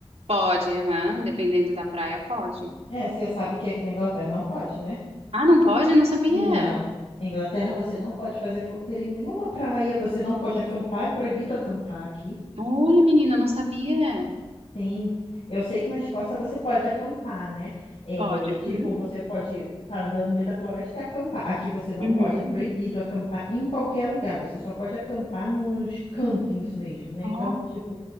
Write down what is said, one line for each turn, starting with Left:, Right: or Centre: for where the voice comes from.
Right: pode, aham, Dependendo da praia, pode.
Left: É, você sabe que aqui na Inglaterra não pode, né?
Right: Ah, não pode? Não sabia.
Left: Não. Na Inglaterra você não pode fazer fogueira em nenhuma praia, você não pode acampar, é proibido acampar aqui.
Right: Olha, menina, não sabia.
Left: Sim, eu sei que na Escócia você pode acampar, né? É,
Right: Pode,
Left: tipo,
Right: uhum.
Left: você pode estar andando no meio da floresta e acampar. Aqui você não
Right: Uhum.
Left: pode, é proibido acampar em qualquer lugar. Você só pode acampar nos campings mesmo, né? Então,
Right: Ó.
Left: tipo,